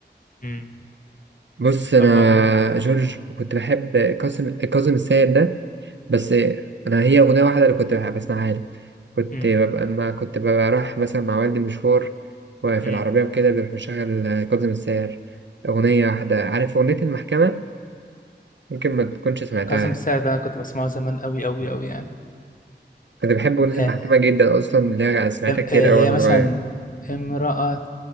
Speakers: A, on the left; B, on the right.
A: مم.
B: بص انا
A: طب آه،
B: جورج كنت بحب كاظم كاظم السيد ده بس انا هي اغنيه واحده اللي كنت بحب اسمعها له كنت
A: مم.
B: ببقى لما كنت ببقى رايح مثلا مع والدي مشوار وفي
A: مم.
B: العربيه وكده بيروح مشغل آه، كاظم الساهر اغنيه واحده عارف اغنيه المحكمه ممكن ما تكونش سمعتها
A: كاظم الساعد ده أنا كنت بسمعه زمان أوي أوي أوي يعني
B: كنت بحب اغنيه المحكمه
A: آه،
B: جدا اصلا اللي هي سمعتها
A: ام-
B: كتير
A: آه،
B: قوي
A: اللي
B: وانا
A: هي مثلا
B: صغير
A: امرأة